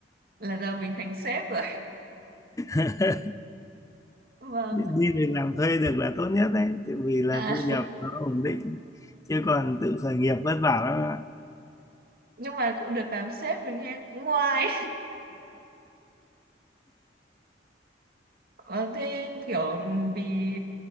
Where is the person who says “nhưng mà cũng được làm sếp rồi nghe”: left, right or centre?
Right